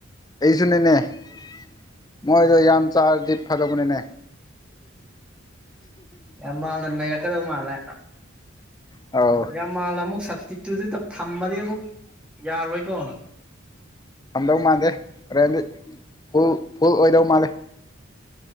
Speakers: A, on the left; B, in the centre.
A: ꯑꯩꯁꯨꯅꯤꯅꯦ ꯃꯣꯏꯗꯣ ꯌꯥꯝ ꯆꯥꯔꯗꯤ ꯐꯂꯛꯕꯅꯤꯅꯦ
B: ꯌꯥꯝ ꯃꯥꯜꯅ ꯏꯀꯗꯕ ꯃꯥꯂꯦ
A: ꯑꯧ
B: ꯌꯥꯝ ꯃꯥꯂ ꯑꯃ ꯑꯃꯨꯛ ꯁ ꯤꯇꯨꯗ ꯊꯝꯃꯗꯤ ꯑꯃꯨꯛ ꯌꯥꯔꯣꯏꯀꯣ
A: ꯊꯝꯗꯧ ꯃꯥꯜꯂꯦ ꯍꯣꯔꯦꯟꯗꯤ ꯐꯨꯜ ꯐꯨꯜ ꯑꯣꯏꯗꯧ ꯃꯥꯜꯂꯦ